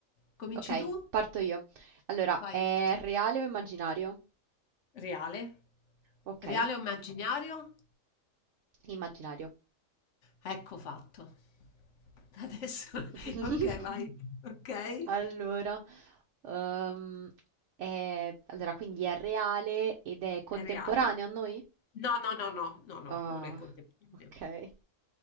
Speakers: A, on the left; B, on the right.
A: Cominci
B: Ok,
A: tu?
B: parto io. Allora,
A: Vai.
B: è reale o immaginario?
A: Reale?
B: Ok,
A: Reale o immaginario?
B: immaginario.
A: Ecco fatto. Adesso,
B: <laughs>
A: <laughs> ok, vai. Ok.
B: Allora, ehm, è- allora, quindi è reale ed è contemporaneo
A: È reale?
B: a noi?
A: No, no, no, no, no, no,
B: Ah,
A: non è contemporaneo.
B: ok.